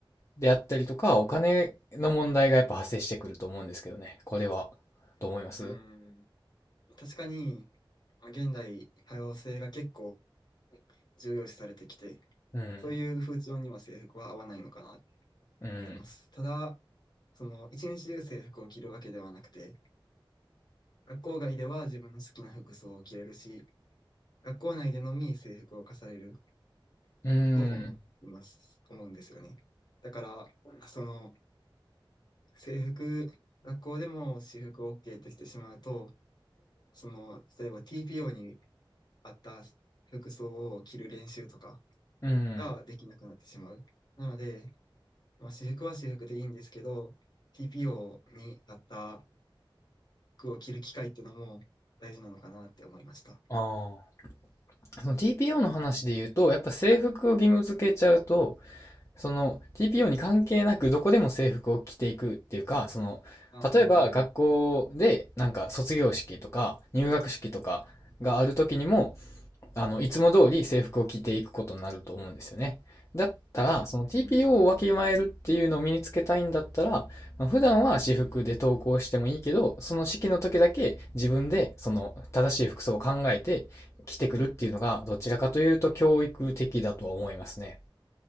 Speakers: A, on the left; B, on the left.
A: であったりとか、お金の問題がやっぱ発生してくると思うんですけどね。これは、どう思います
B: うんうん確かに、まあ現代、多様性が結構重要視されてきて、
A: うん。
B: そういう風潮には制服は合わないのかなって
A: うん。
B: 感じます。ただ、その一日中制服を着るわけではなくて、学校外では自分の好きな服装を着れるし、学校内でのみ制服を課される
A: うん、
B: と思います、思うんですよね。だから、その制服、学校でも私服 OK ってしてしまうと、その、例えば TPO に合った服装を着る練習とか
A: うん、
B: ができなくなってしまう。なので、まあ、私服は私服でいいんですけど、TPO に合った服を着る機会ってのも大事なのかなって思いました。
A: ああ。その TPO の話で言うと、やっぱ制服を義務付けちゃうと、その TPO に関係なくどこでも制服を着ていくっていうか、その、
B: ああ、
A: 例えば学校でなんか卒業式とか入学式とかがある時にも、
B: うん
A: あの、いつも通り制服を着ていくことになると思うんですよね。だったら、
B: うん
A: その TPO をわきまえるっていうのを身につけたいんだったら、普段は私服で登校してもいいけど、その式の時だけ自分でその正しい服装を考えて着てくるっていうのが、どちらかというと教育的だとは思いますね。